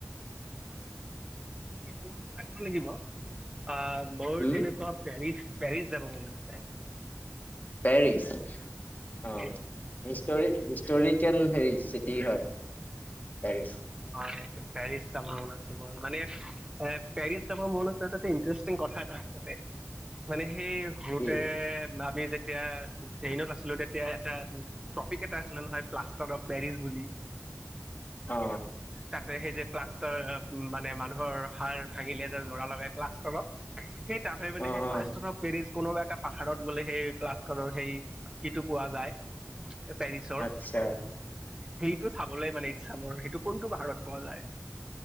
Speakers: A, on the right; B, on the left.
A: সেইটো ভাবিব লাগিব আহ মোৰ
B: হম
A: তেনেকুৱা পেৰিচ। পেৰিছ যাব মন আছে।
B: পেৰিছ অ
A: পেৰিছ
B: হিষ্টৰি হিষ্টৰি। কেল হেৰি চিটি হয় পেৰিচ।
A: অ সেইটো পেৰিচ যাব মন আছে মোৰ মানে এ পেৰিছ যাব মন আছে যাতে ইণ্টাৰেষ্টিং কথা এটা আছে তাতে মানে সেই সৰুতে
B: কি
A: ভাবি যেতিয়া এতিয়া ট্ৰেইনত আছিলো তেতিয়া এটা টপিক এটা আছিলে নহয় প্লাষ্টাৰ অফ পেৰিছ বুলি
B: অ
A: তাতে সেই যে প্লাষ্টৰ মানে মানুহৰ সাৰ ভাঙিলে যে জোৰা লগাই প্লাষ্টৰত সেই তাতে মানে
B: অ
A: সেই প্লাষ্টাৰ
B: অ
A: অফ পেৰিছ কোনোবা এটা পাহাৰত গ'লে সেই প্লাষ্টাৰৰ সেই ইটো পোৱা যায়। পেৰিছৰ
B: আচ্ছা।
A: সেইটো চাবলৈ মানে ইচ্ছা মোৰ সেইটো কোনটো পাহাৰত পোৱা যায়।